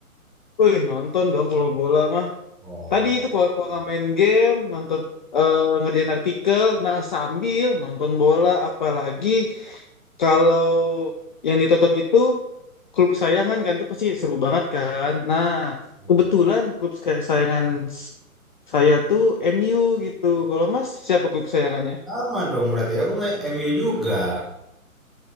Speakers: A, on the left; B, in the centre.
A: Wih, nonton dong kalau bola mah.
B: Oh,
A: Tadi itu kalau, kalau nggak main game, nonton eh, ngerjain artikel, nah sambil nonton bola apalagi Kalau yang ditonton itu klub kesayangan kan itu pasti seru banget kan. Nah,
B: hmm.
A: kebetulan klub kesayangan s- saya tuh MU gitu. Kalau Mas siapa klub kesayangannya?
B: sama dong berarti. Aku main MU juga.